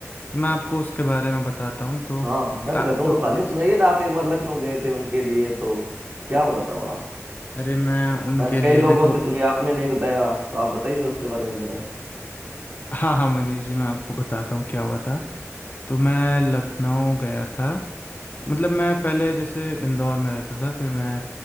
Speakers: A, on the left (about 35°); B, on the right (about 35°).
A: तो मैं आपको उसके बारे में बताता हूँ तो
B: हाँ मैं
A: क्या
B: तो कहता हूँ
A: तो
B: वो कहानी सुनाइए ना आप एक बार लखनऊ गए थे उनके लिए तो क्या हुआ था वहाँ
A: अरे मैं उनके
B: मैंने
A: लिए
B: कई लोगों
A: देखो
B: से सुनी आपने नहीं बताया तो आप बताइए उसके बारे में जरा
A: हाँ हाँ मनीष जी मैं आपको बताता हूँ क्या हुआ था तो मैं लखनऊ गया था मतलब मैं पहले जैसे इंदौर में रहता था फिर मैं